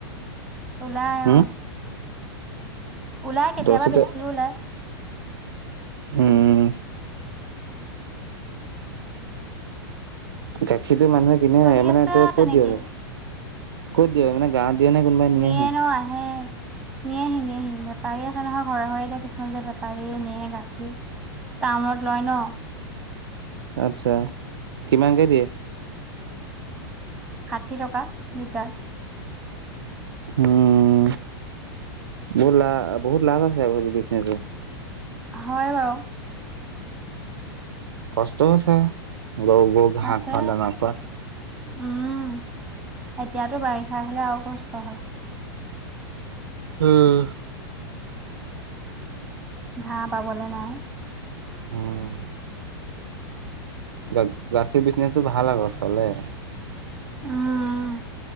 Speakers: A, in the centre; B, on the right.
A: ওলাই
B: হুম,
A: অ। ওলাই কেতিয়াবা
B: দহ লিটাৰ
A: বেছিও ওলায়।
B: উম। গাখীৰতটো মানুহে কিনে
A: চলি
B: নাই মানে
A: আছে
B: তই
A: আৰু
B: ক'ত
A: তেনেকেই
B: দিয়গে ক'ত দিয়ে মানে গাঁৱত। দিয়ে নে কোনোবাই নিয়েহি?
A: নিঅ নে আহে। নিয়েহি নিয়েহি বেপাৰী আছে নহয় ঘৰে ঘৰে এতিয়া কিছুমান যে বেপাৰী নিয়ে গাখীৰ। টাউনত লয় ন।
B: আতছা কিমান কে দিয়ে।
A: ষাঠি টকা লিটাৰ।
B: উম বহুত লা বহুত লাভ আছে আকৌ বিজনেচ।
A: হয় বাৰু।
B: কষ্টও আছে গৰু গৰু ঘাঁহ
A: আছে
B: খোৱা দানা খোৱা।
A: উম এতিয়াতো বাৰিষা আহিলে আৰু কষ্ট হয়।
B: উম
A: হাঁহ পাবলে নাই।
B: উম। গা গাখীৰ বিজনেচটো ভাল আক চলে।
A: উম উম।